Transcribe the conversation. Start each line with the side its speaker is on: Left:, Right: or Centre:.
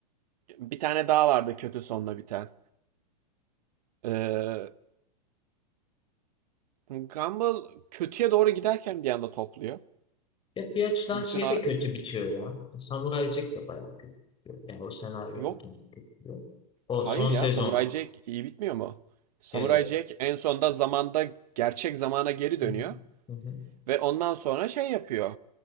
Right: Bir tane daha vardı kötü sonla biten. Ee, Gumball kötüye doğru giderken bir anda topluyor.
Left: Ya bir açıdan
Right: Bütün
Left: şey
Right: a-
Left: de kötü bitiyor ya. Samurai Jack de bayağı kötü bitiyor. Yani o senaryonun
Right: yok
Left: kendi kötü bitiyor. O
Right: hayır
Left: son sezon.
Right: ya Samurai Jack iyi bitmiyor mu? Samurai
Left: E, hı
Right: Jack en sonunda zamanda gerçek zamana geri
Left: hı.
Right: dönüyor
Left: Hı hı.
Right: ve ondan sonra şey yapıyor.